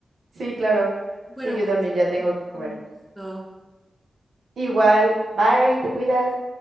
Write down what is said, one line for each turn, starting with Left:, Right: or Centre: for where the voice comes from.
Right: Sí, claro.
Centre: Bueno,
Right: Sí, yo
Centre: pues
Right: también ya tengo que comer.
Centre: un gusto.
Right: Igual, bye, te cuidas.